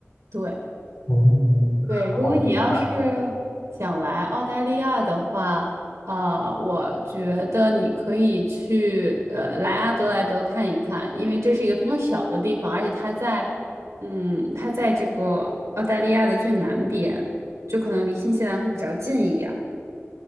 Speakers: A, on the right; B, on the left.
A: 对。
B: 嗯，
A: 对，
B: 好吧，
A: 如果你要是想来澳大利亚的话，呃，我觉得你可以去呃来阿德莱德看一看，因为这是一个非常小的地方，而且它在，嗯，它在这个澳大利亚的最南边，就可能离新西兰会比较近一点儿。